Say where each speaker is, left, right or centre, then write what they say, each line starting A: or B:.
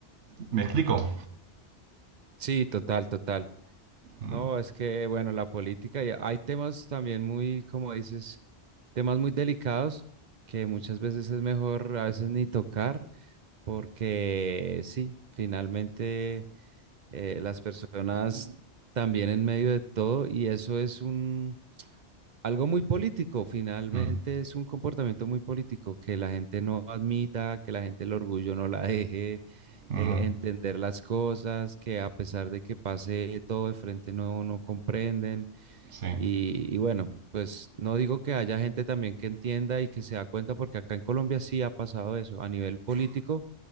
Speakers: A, on the right; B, on the right.
A: ¿Me explico?
B: Sí, total, total.
A: Mm,
B: No, es que, bueno, la política, y hay temas también muy, como dices, temas muy delicados que muchas veces es mejor a veces ni tocar porque sí, finalmente eh, las personas también en medio de todo y eso es un Algo muy político, finalmente
A: mm,
B: es un comportamiento muy político, que la gente no admita, que la gente el orgullo no la deje
A: mhm,
B: eh, entender las cosas, que a pesar de que pase todo de frente no, no comprenden.
A: Sí.
B: Y, y bueno, pues no digo que haya gente también que entienda y que se da cuenta, porque acá en Colombia sí ha pasado eso. A nivel político,